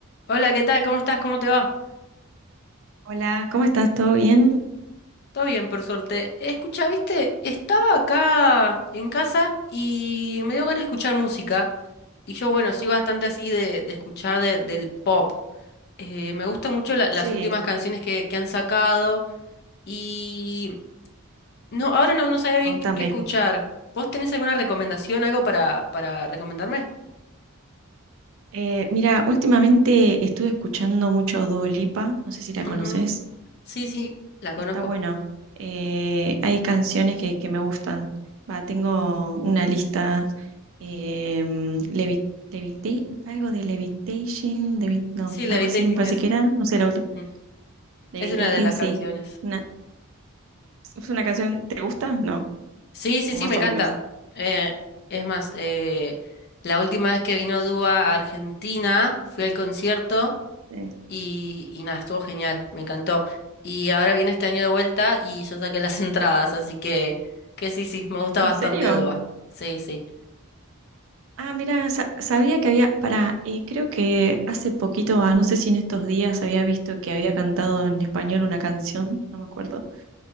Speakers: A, on the left; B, on the right.
A: Hola, ¿qué tal? ¿Cómo estás? ¿Cómo te va?
B: Hola, ¿cómo estás? ¿Todo bien?
A: Todo bien, por suerte. Escucha, viste, estaba acá en casa y me dio ganas de escuchar música. Y yo, bueno, soy bastante así de, de escuchar de- del pop. Eh, me gustan mucho la- las
B: Sí,
A: últimas canciones que, que han sacado. Y no, ahora no, no sabía
B: contame.
A: bien qué qué escuchar. ¿Vos tenés alguna recomendación, algo para, para recomendarme?
B: Eh, mira, últimamente estuve escuchando mucho Dua Lipa, no sé si la
A: Ujú.
B: conoces.
A: Sí, sí, la conozco.
B: Está bueno. Eh, hay canciones que, que me gustan. Va, tengo una lista. em, Levi- Levita- algo de Levitation, Levi- no,
A: Sí, Levitating
B: algo así me parece
A: es,
B: que era, no sé la última.
A: mm,
B: Levitating,
A: es una de las
B: sí.
A: canciones.
B: Una, ¿es una canción? ¿Te gusta? No,
A: Sí, sí,
B: o
A: sí,
B: más
A: me encanta.
B: o menos.
A: Eh, es más, eh, la última vez que vino Dúa a Argentina, fui al concierto
B: Sí.
A: y, y nada, estuvo genial, me encantó. Y ahora viene este año de vuelta y yo saqué las <laughs> entradas, así que, que sí, sí, me gusta
B: ¿En
A: bastante
B: serio?
A: Dúa. Sí, sí.
B: Ah, mira, sabía que había, para, creo que hace poquito, ah, no sé si en estos días había visto que había cantado en español una canción, no me acuerdo.